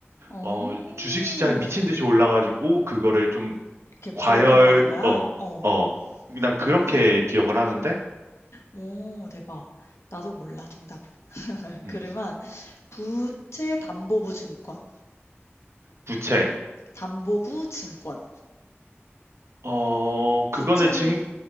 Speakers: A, on the left; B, on the right.
A: 어.
B: 어 주식 시장이 미친 듯이 올라가지고 그거를 좀
A: 이렇게 브레이크를
B: 과열
A: 거는 거야?
B: 어어
A: 어.
B: 그냥 그렇게
A: 어.
B: 기억을 하는데
A: 오, 대박. 나도 몰라, 정답은. <laughs>
B: 음,
A: 그러면 부채 담보부 증권.
B: 부채
A: 담보부 증권.
B: 어 그거는
A: 부채를
B: 증